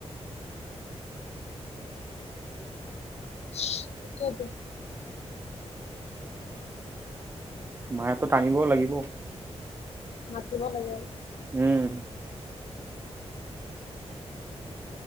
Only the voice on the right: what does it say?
মাই টানিব লাগিব।
উম।